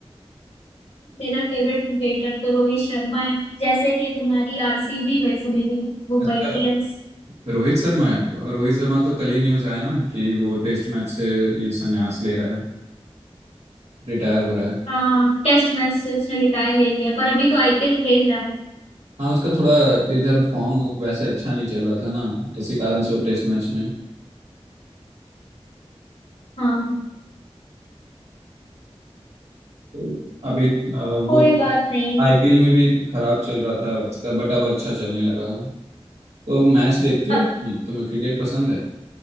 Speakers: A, on the left; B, on the right.
A: मेरा फेवरेट क्रिकेटर तो रोहित शर्मा है जैसे कि तुम्हारी आरसीबी वैसे मेरी मुंबई
B: अच्छा
A: इंडियंस
B: रोहित शर्मा है तो रोहित शर्मा तो कल ही न्यूज आया ना कि वो टेस्ट मैच से ये संन्यास ले रहा है रिटायर हो रहा है
A: हाँ टेस्ट मैच से उसने रिटायर ले लिया पर अभी तो आईपीएल खेल रहा है
B: हाँ उसका थोड़ा इधर फॉर्म वैसे अच्छा नहीं चल रहा था ना इसी कारण से वो टेस्ट मैच में
A: हाँ
B: तो अभी अ, वो
A: कोई बात नहीं
B: आईपीएल में भी खराब चल रहा था उसका बट अब अच्छा चलने लगा तो मैच देखती
A: अ-
B: हो अपनी? तुम्हें क्रिकेट पसंद है